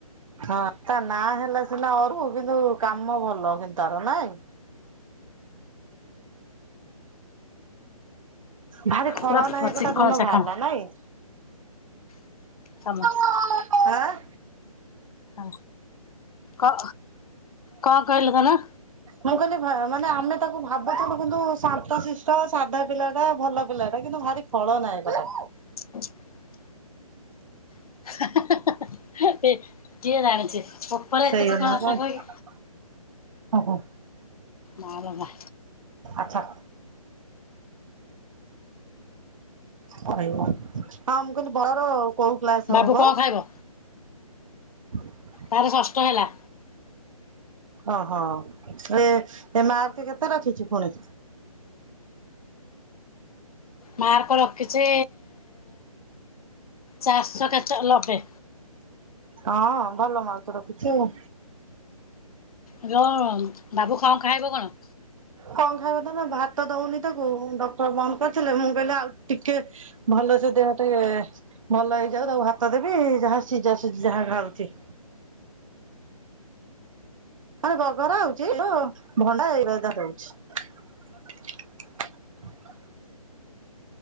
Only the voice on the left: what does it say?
ପୁରା ଚିକ୍କଣ
ଚାକଣ
କାମ
ଆ କ କଣ କହିଲ ଧନ?
<inaudible> <unintelligible> କିଏ ଜାଣିଛି। ଉପରେ
ଏତେ ଚିକ୍କଣ
ଚାକଣ
ହେଇକି
ମା ଲୋ ମା।
ବାବୁ
କଣ ଖାଇବ?
ତାର ଷଷ୍ଠ ହେଲା।
ମାର୍କ ରଖିଚି ଚାରଶହ କେତେ ଲବେ।
ଇଲୋ ବାବୁ କଁ ଖାଇବ କଣ?